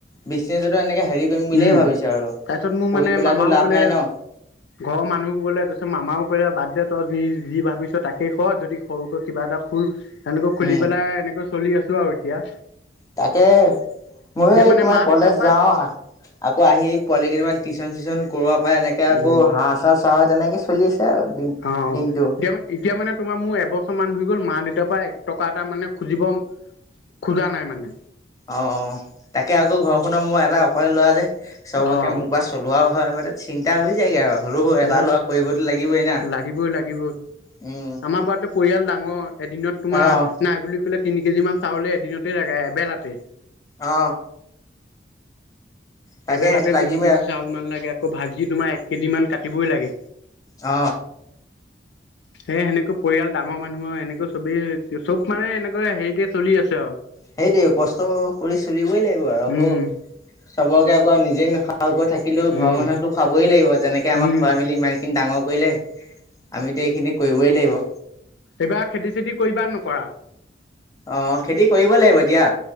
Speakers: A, on the left; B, on the left.
A: বিচনেছ এটা এনেকে হেৰি কৰিম বুলিয়ে
B: উম
A: ভাবিছো আৰু
B: তাৰপিছত মোক মানে
A: পঢ়ি পেলাতো
B: মামাও
A: লাভ
B: ক'লে
A: নাই ন
B: ঘৰৰ মানুহ কলে পিছত মামাও কলে বাদ দে তই যি যি ভাবিছ তাকে কৰ যদি সৰুকৈ কিবা এটা খুল এনেকৈ খুলি
A: উম,
B: পেলাই এনেকৈ চলি আছো আৰু এতিয়া
A: তাকে মইও
B: এতিয়া
A: এই
B: মানে
A: তোমাৰ
B: মা
A: কলেজ
B: দেউতাৰ পৰা
A: যাওঁ আ আকৌ আহি পোৱালি কেইটামান টিউশন চিউশন কৰোৱা পা এনেকে আকৌ
B: উম
A: হাঁহ চাহ চাও হে তেনেকে চলি আছে <unintelligible>
B: অ
A: দিনটো।
B: এতিয়া মই এতিয়া মানে তোমাৰ মোৰ এবছৰ মান হৈ গ'ল মা দেউতাৰ পৰা এক টকা এটা মানে খুজিব খোজা নাই মানে
A: অ তাকে আকৌ ঘৰখনৰ মই এটা অকলে ল'ৰা যে। চবকে
B: অঁ
A: মোৰ পৰা চলোৱাও হয় বাদে চিন্তা হৈ যায়গে আৰু। হলেও এটা
B: এই
A: ল'ৰা কৰিবতো লাগিবই না।
B: লাগিবই লাগিবই
A: উম,
B: আমাৰ বাৰতে পৰিয়াল ডাঙৰ এদিনত তোমাৰ
A: অ'।
B: নাই বুলি ক'লে তিনি কেজিমান চাউলে এদিনতে লাগেই এবেলাতে।
A: অহ। তাকে
B: এবেলাতে
A: সেইটো লাগিবই
B: তিনি কেজি
A: আৰু
B: চাউল মান লাগে আকৌ ভাজি তোমাৰ এক কেজি মান কাটিবই লাগে।
A: অ
B: সেই সেনেকে পৰিয়াল ডাঙৰ মানুহৰ এনেকৈ চবেই চব মানে এনেকুৱা হেৰিতে চলি আছে আৰু।
A: সেইটোৱে কষ্ট কৰি চলিবই লাগিব আৰু আকৌ
B: উম
A: চবকে আকৌ নিজে নসাকৈ থাক থাকিলেও ঘৰৰ
B: উম
A: মানুহকতো খাবই লাগিব যেনেকে আমাক
B: উম
A: খুৱাই মেলি ইমানখিনি ডাঙৰ কৰিলে আমি এতিয়া এইখিনিত কৰিবই লাগিব।
B: এইবা খেতি চেতি কৰিবা নে নকৰা?
A: অ খেতি কৰিব লাগিব দিয়া।